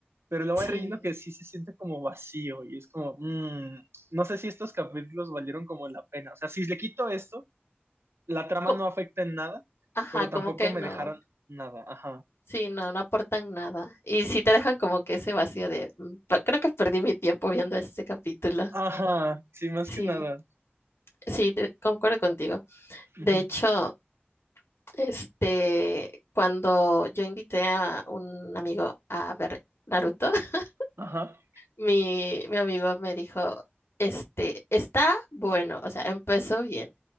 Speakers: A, on the right; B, on the left.
A: pero luego
B: Sí.
A: hay relleno que sí se siente como vacío y es como, mmm, no sé si estos capítulos valieron como la pena. O sea, si le quito esto, la trama
B: Co-
A: no afecta en nada,
B: Ajá,
A: pero tampoco
B: como que
A: me
B: no.
A: dejaron nada. Ajá.
B: Sí, no, no aportan nada. Y sí te dejan como que ese vacío de, "Mm, pa- creo que perdí mi tiempo viendo este capítulo.
A: Ajá, sí, más
B: Sí.
A: que nada.
B: Sí, te- concuerdo contigo. De
A: Ujú.
B: hecho, este, cuando yo invité a un amigo a ver Naruto, <laughs>
A: Ajá.
B: mi, mi amigo me dijo, este, está bueno, o sea, empezó bien,